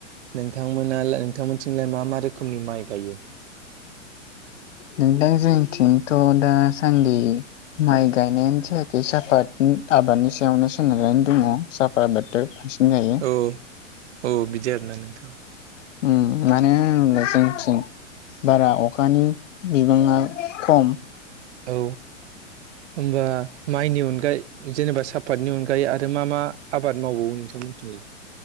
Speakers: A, on the right (about 60°); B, on the left (about 70°).
A: नोंथांमोना ला नोंथांमोनथिंलाय मा मा रोखोमनि माइ गायो?
B: नों दां जोंथिंथ' दा सान्दि माइ गायनायानो जायाखै साफात आबादनि सायावनो सोनारनानै दङ। साफा बाथो बांसिन जायो।
A: औ औ बिदि आरोना नोंथां।
B: उम मानेहोनोबा जोंथिं बारा अखानि बिबाङा खम।
A: औ होमबा माइनि अनगायै जेनेबा सापातनि अनगायै आरो मा मा आबाद मावबावो नोंथां मोनथिंयै?